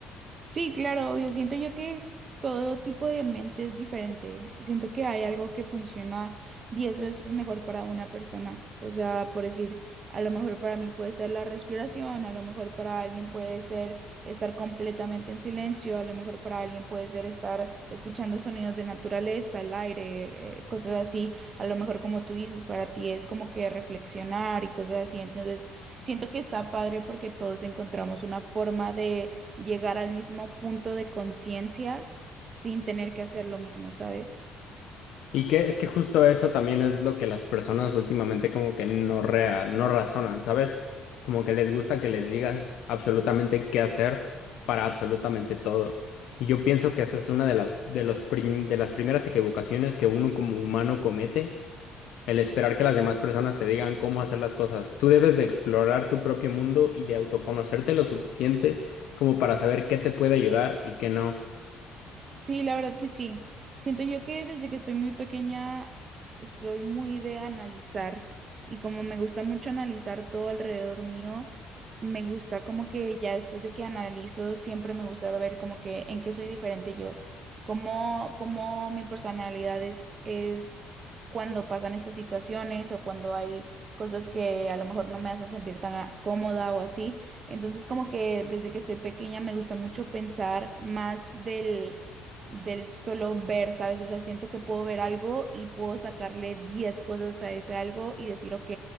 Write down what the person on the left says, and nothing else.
Y que es que justo eso también es lo que las personas últimamente como que no rea- no razonan, ¿sabes? Como que les gusta que les digas absolutamente qué hacer para absolutamente todo. Y yo pienso que esa es una de las de los prim- de las primeras equivocaciones que uno como humano comete, el esperar que las demás personas te digan cómo hacer las cosas. Tú debes de explorar tu propio mundo y de autoconocerte lo suficiente como para saber qué te puede ayudar y qué no.